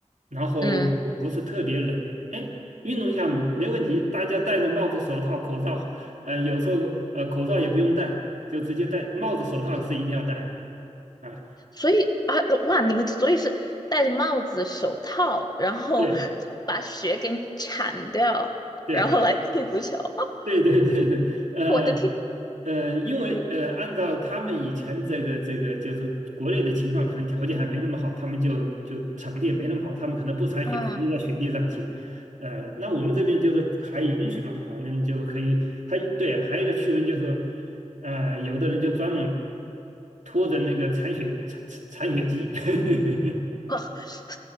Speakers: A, on the right; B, on the left.
A: 然后不不是特别冷，
B: 嗯，
A: 哎，运动一下没问题。大家戴着帽子、手套、口罩，呃，有时候呃口罩也不用戴，就直接戴帽子、手套是一定要戴的啊。
B: 所以啊，哇，你们所以是戴着帽子、手套，然后
A: 对
B: 把雪给铲掉，
A: 对。
B: 然后来踢足球，<laughs>
A: <laughs> 对对对对，呃
B: 我的天，
A: 呃，因为呃，按照他们以前这个这个，就是国内的情况，可能条件还没那么好，他们就就场地也没那么好，他们可能不铲雪，
B: 嗯。
A: 直接在雪地上踢。呃，那我们这边就是还允许嘛，反正就可以。还对，还有一个趣闻就是说，呃，有的人就专门拖着那个铲雪铲铲铲雪机，<laughs>
B: <laughs>